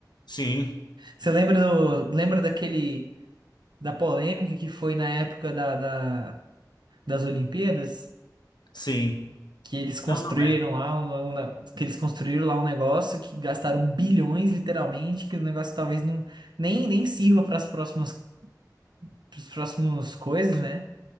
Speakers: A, on the left; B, on the right.
A: Sim,
B: Você lembra do, lembra daquele. Da polêmica que foi na época da, da- das Olimpíadas?
A: sim.
B: Que eles construíram
A: Não, não é.
B: lá um, um- né, que eles construíram lá um negócio que gastaram bilhões, literalmente, que o negócio talvez não nem, nem sirva para as próximas, pros próximos coisas, né?